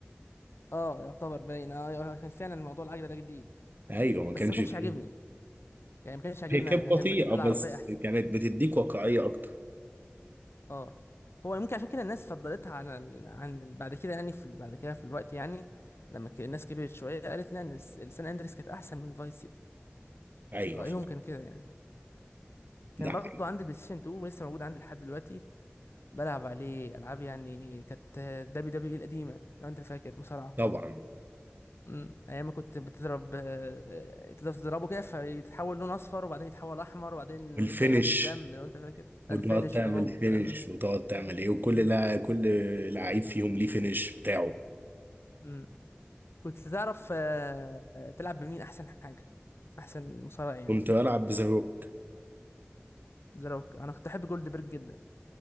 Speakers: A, on the left; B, on the right.
A: اه يعتبر باين اه آه، كان فعلا الموضوع العجله ده جديد
B: ايوه ما
A: بس
B: كانش
A: ما كانش
B: فيه
A: عاجبني يعني ما كانش عاجبني
B: هي كانت
A: انا
B: بطيئه
A: كان بالنسبه لي
B: بس
A: العربيه احسن
B: كانت بتديك واقعيه اكتر
A: اه هو ممكن عشان كده الناس فضلتها على ال... عن ال- بعد كده يعني في بعد كده في الوقت يعني لما ك- الناس كبرت شويه قالت لا ان الس- السان اندريس كانت احسن من فايس سيتي
B: ايوه
A: رايهم كان كده يعني كان
B: ده
A: برضو
B: حقيقي
A: عندي بلاي ستيشن 2 ولسه موجود عندي لحد دلوقتي بلعب عليه العاب يعني كانت دبليو دبليو اي القديمه لو انت فاكر مصارعه
B: طبعا
A: امم ايام ما كنت بتضرب آه، تقدر تضربه كده فيتحول لون اصفر وبعدين يتحول احمر وبعدين
B: والفينش
A: يبدأ ينزل دم لو انت فاكر
B: وتقعد
A: الفينش
B: تعمل
A: اه والكلام
B: فينش
A: ده
B: وتقعد تعمل ايه وكل
A: امم
B: لا كل لعيب فيهم ليه فينش بتاعه
A: امم كنت تعرف آه، آه، تلعب بمين احسن حاجة احسن مصارع يعني
B: كنت بلعب بزاروك
A: ذا روك انا كنت احب جولد بيرج جدا